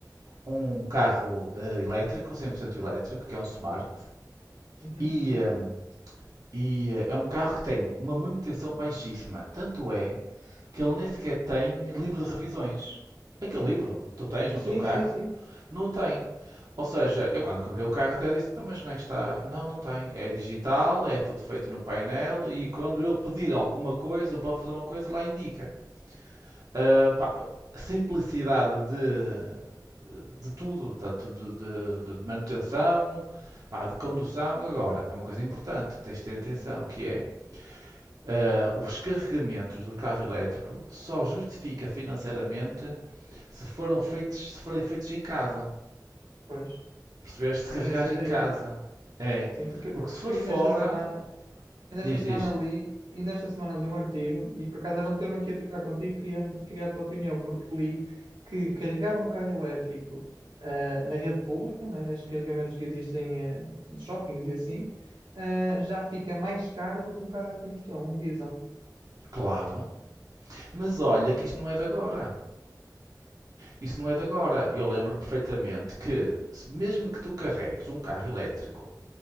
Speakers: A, on the right; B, on the right.
A: um carro eh, elétrico, 100% elétrico, que é um Smart,
B: Uhum.
A: e, eh, e, eh, é um carro que tem uma manutenção baixíssima. Tanto é que ele nem sequer tem livro de revisões. Aquele livro que tu tens no
B: Sim,
A: teu carro,
B: sim, sim.
A: não tem. Ou seja, eu quando comprei o carro até disse, "Então, mas não é que está? Não, não tem. É digital, é tudo feito no painel e quando ele pedir alguma coisa ou para fazer uma coisa, lá indica. Ah, pá, simplicidade de, de tudo, tanto de, de- de manutenção, pá, de condução. Agora, é uma coisa importante que tens de ter atenção, que é ah, os carregamentos do carro elétrico só justifica financeiramente se foram feitos, se forem feitos em casa.
B: Pois,
A: Percebeste? Se carregares
B: tinha essa ideia.
A: em casa. É.
B: Sim, porque,
A: Porque se
B: porque
A: for
B: eu
A: fora,
B: ainda esta semana, ainda
A: diz,
B: esta semana
A: diz,
B: li, ainda esta semana li um artigo e por acaso era um tema que ia tocar contigo, queria, queria a tua opinião, porque li que carregar um carro elétrico ah, na rede pública, não é? Nestes carregamentos que existem ah, nos shoppings e assim, ah, já fica mais caro do que um carro a combustão, um diesel.
A: claro, mas olha que isto não é de agora. Isso não é de agora. Eu lembro-me perfeitamente que, mesmo que tu carregues um carro elétrico,